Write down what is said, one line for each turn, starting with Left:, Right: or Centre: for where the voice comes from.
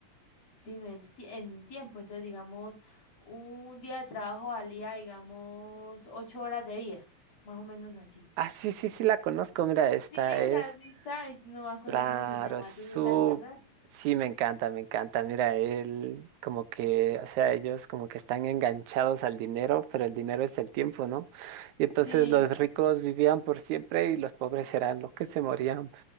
Left: sino el ti- en tiempo. Entonces, digamos, un día de trabajo valía, digamos, ocho horas de vida, más o menos así.
Right: Ah, sí, sí, sí, la conozco, mira, esta
Left: Sí,
Right: es.
Left: la lista, ay, no me acuerdo
Right: Claro,
Left: cómo se llama,
Right: es su...
Left: ¿tú no te acuerdas?
Right: Sí, me encanta, me encanta. Mira, él como que, o sea, ellos como que están enganchados al dinero, pero el dinero es el tiempo, ¿no? Y entonces
Left: Sí.
Right: los ricos vivían por siempre y los pobres eran los que se morían.